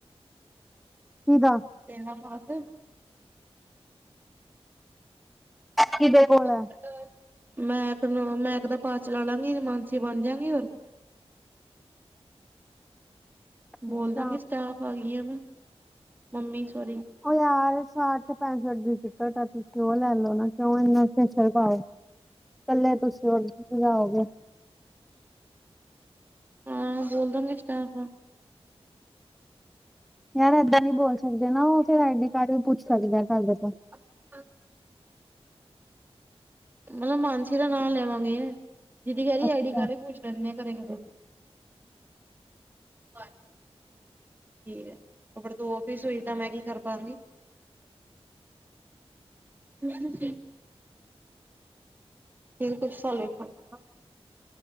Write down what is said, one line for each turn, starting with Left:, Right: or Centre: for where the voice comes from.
Centre: ਕੀਦਾ?
Right: ਤੇਰਾ ਪਾਸ। <inaudible>
Centre: ਕਿਦੇ ਕੋਲ ਹੈ
Right: ਮੈਂ ਇਕ ਨੂੰ ਮੈਂ ਇਕ ਦਾ ਪਾਰ ਚਲਾ ਲਾਂਗੀ ਮਾਨਸੀ ਬਨ ਜਾਂਗੀ ਹੋਰ ਬੋਲ
Centre: ਅੱਛਾ
Right: ਦਾਂਗੀ ਸਟਾਫ ਆ ਗਈ ਆ ਮੈਂ ਮੰਮੀ ਸੋਰੀ।
Centre: ਓ ਯਾਰ ਸੱਠ ਪੈਸਠ ਦੀ ਟਿਕਟ ਆ ਤੁਸੀ ਓ ਲੈ ਲੌ ਨਾ ਕਯੋ ਐਨੀ ਖੇਚਲ ਪਾਓ। ਕੱਲੇ ਤੁਸੀ ਉਰਜਾਓਗੇ।
Right: ਹਾਂ ਬੋਲ ਦਾਂਗੀ ਸਟਾਫ ਆ।
Centre: ਯਾਰ ਏਦਾ ਨੀ ਬੋਲ ਸਕਦੇ ਨਾ ਓ ਫੇਰ ਆਈ ਡੀ ਕਾਰਡ ਵੀ ਪੁੱਛ ਸਕਦੇ ਤਵਾੜੇ ਤੋ।
Right: <inaudible> ਮਤਲਬ ਮਾਨਸੀ ਦਾ ਨਾ ਲੈਵਾਂਗੇ ਦੀਦੀ ਕੇਰੀ
Centre: ਅੱਛਾ
Right: ਆਈ ਡੀ ਕਾਰਡ ਵੀ ਪੁੱਛ ਲੈਂਦੇ ਆ ਕਦੇ ਕਦੇ। ਪਰ ਠੀਕ ਐ ਫਿਰ ਤੂੰ ਓਫਿਸ ਹੋਈ ਤਾ ਮੈਂ ਕੀ ਕਰ ਪੰਗੀ। ਮਨ ਸੀ। ਫਿਰ ਕੁੱਛ <unintelligible>